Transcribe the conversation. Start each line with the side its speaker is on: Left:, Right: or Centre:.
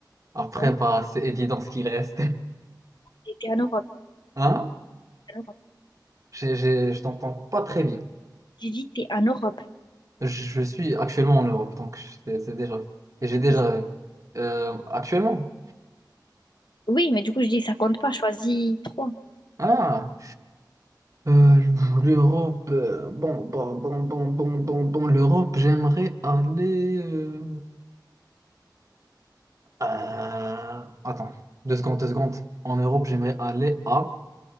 Right: Après,
Left: hein.
Right: bah, c'est évident ce qui reste.
Left: Et T'es en Europe.
Right: <laughs> Hein?
Left: T'es en Europe.
Right: J'ai- j'ai- je t'entends pas très bien.
Left: J'ai dit t'es en Europe.
Right: Je suis actuellement en Europe, donc c'est c'est déjà. Et j'ai
Left: Du
Right: déjà.
Left: coup, ça-
Right: euh, actuellement?
Left: Oui, mais du coup, je dis ça compte pas. Choisis trois.
Right: Ah! Euh, l'Europe. euh, bon, bon, bon, bon, bon, bon, bon, l'Europe, j'aimerais aller. euh, euh, attends, deux secondes, deux secondes. En Europe, j'aimerais aller à.